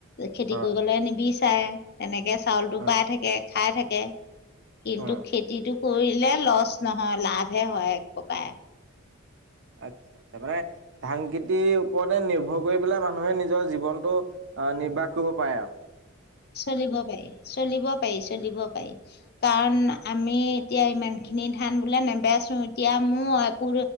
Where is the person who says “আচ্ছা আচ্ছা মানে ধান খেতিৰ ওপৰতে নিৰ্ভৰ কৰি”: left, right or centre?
Right